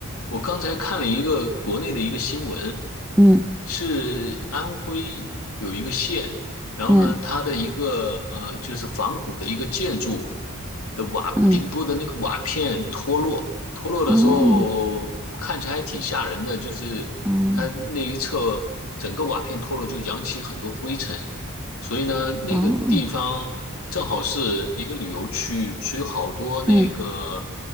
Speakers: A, on the left (about 80°); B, in the centre.
A: 我刚才看了一个国内的一个新闻，
B: 嗯
A: 是安徽有一个县，然后呢，
B: 嗯
A: 它的一个呃，就是仿古的一个建筑的瓦顶部的那个瓦片脱落，
B: 嗯，
A: 脱落的时候看起来还挺吓人的，
B: 哦，
A: 就是它那一侧整个瓦片脱落，
B: 嗯
A: 就扬起很多灰尘，所以呢，那个地方正好是一个旅游区，
B: 哦，
A: 所以好多那个
B: 嗯